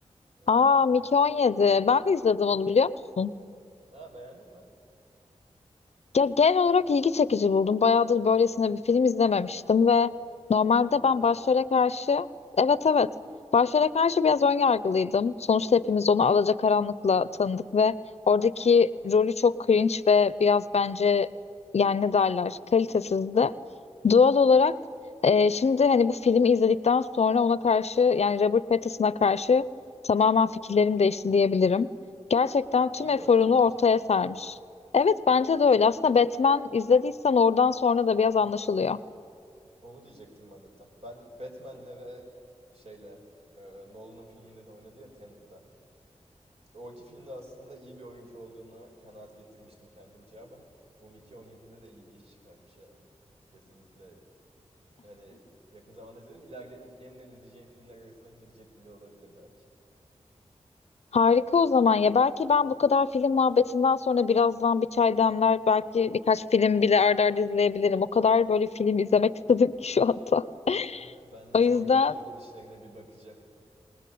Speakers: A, on the right; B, on the left.
A: Ee,
B: Aa,
A: Robert
B: Mickey
A: Pattinson
B: 17.
A: oynuyor.
B: Ben de izledim onu biliyor musun?
A: Aa beğendin mi?
B: Ya genel olarak ilgi çekici buldum. Bayağıdır böylesine bir film izlememiştim ve normalde
A: Değil mi?
B: ben
A: Bence
B: başrole
A: de.
B: karşı evet evet başrole karşı biraz ön yargılıydım. Sonuçta hepimiz onu Alacakaranlık'la tanıdık ve oradaki rolü çok cringe ve biraz bence yani ne derler kalitesizdi. Doğal olarak e, şimdi hani bu filmi izledikten sonra ona karşı yani Robert Pattinson'a karşı tamamen fikirlerim değişti diyebilirim. Gerçekten tüm
A: İyi
B: eforunu
A: bir oyuncu bence
B: ortaya
A: ya.
B: sermiş. Evet bence de öyle. Aslında Batman izlediysen oradan sonra da biraz
A: Ha,
B: anlaşılıyor.
A: onu diyecektim ben de tam. Ben Batman'le ve şeyle e, Nolan'ın filminde de oynadı ya Tenet'te. O iki filmde aslında iyi bir oyuncu olduğuna kanaat getirmiştim kendimce ama <laughs> bu Mickey 17'de de iyi bir iş çıkarmış yani. Kesinlikle hani yakın zamanda izledim. İleride yeniden izleyeceğim filmler arasına girecek bile olabilir belki.
B: Harika o zaman ya. Belki ben bu kadar film muhabbetinden sonra birazdan bir çay demler. Belki birkaç film bile arda arda izleyebilirim. O kadar böyle film izlemek istedim ki şu anda. <laughs>
A: Aha, ben de
B: O yüzden
A: Jordan Peele'ın işlerine bir bakacağım.